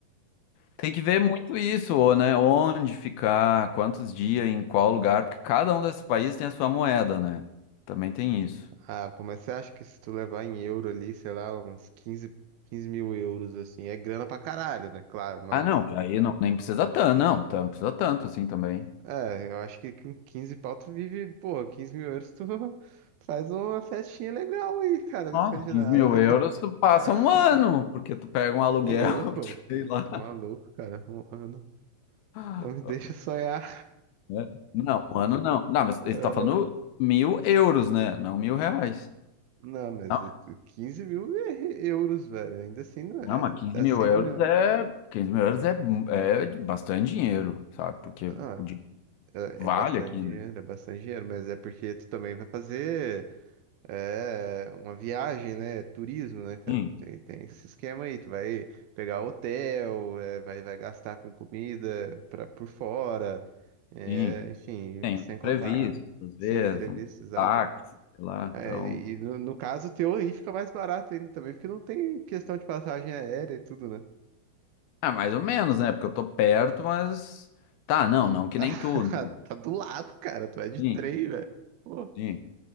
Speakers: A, on the left (about 75°); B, on the right (about 75°).
A: tem que ver muito isso, ou né? Onde ficar, quantos dias, em qual lugar, porque cada um desses países tem a sua moeda, né? Também tem isso.
B: Ah, pô, mas você acha que se tu levar em euro ali, sei lá, uns 15, 15 mil euros, assim, é grana pra caralho, né? Claro, mas.
A: Ah, não, aí não, nem precisa tanto, não, tam- precisa tanto assim também.
B: É, eu acho que com 15 pau tu vive, pô, 15 mil euros tu <laughs> faz uma festinha legal aí, cara, na
A: Nossa,
B: Escandinávia.
A: 15 mil euros, tu passa
B: <laughs>
A: um ano, porque tu pega um aluguel,
B: Ô, louco,
A: <laughs> de, sei lá.
B: tá maluco, cara. Um ano.
A: Ah,
B: Não me deixa sonhar.
A: né? Não, um ano não. Não, mas
B: <laughs>
A: ele tá falando mil euros, né? Não mil reais.
B: Não, mas
A: Não,
B: eu- 15 mil é euros, velho. Ainda assim, não é.
A: não, mas quinze
B: Dá
A: mil
B: 100
A: euros
B: mil reais.
A: é, 15 mil euros é, é bastante dinheiro, sabe? Porque
B: Ah, Não,
A: o dinheiro
B: é,
A: vale
B: é é bastante
A: aqui,
B: dinheiro,
A: né?
B: é bastante dinheiro, mas é porque tu também vai fazer é, uma viagem, né? Turismo, né, cara?
A: Sim,
B: Tem, tem esse esquema aí. Tu vai pegar hotel, é, vai, vai gastar com comida pra, por fora, é,
A: sim.
B: enfim,
A: Tem
B: e sem
A: os
B: contar,
A: previstos, às vezes,
B: sim, imprevisto,
A: um
B: exato.
A: táxi, sei lá.
B: É,
A: Então,
B: e no, no caso teu aí fica mais barato ainda também, porque não tem questão de passagem aérea e tudo, né?
A: ah, mais ou menos, né? Porque eu tô perto, mas tá, não, não que
B: <laughs>
A: nem tudo.
B: Tá do lado, cara. Tu é de
A: Sim,
B: trem, velho. Pô.
A: sim.